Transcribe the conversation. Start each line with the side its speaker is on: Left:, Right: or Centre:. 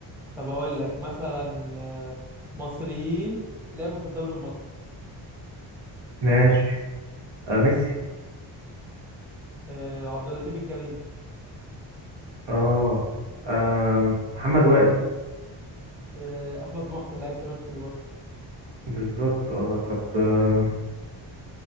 Centre: طب اقول لك مثلا آه، مصريين لعبوا في الدوري المصري
Right: ماشي آه ميسي
Centre: أه عبد اللطيف الجميل
Right: اه آم، محمد وائل
Centre: آه، احمد محسن لاعب سيراميكا كليوباترا
Right: بالظبط اه طب آم،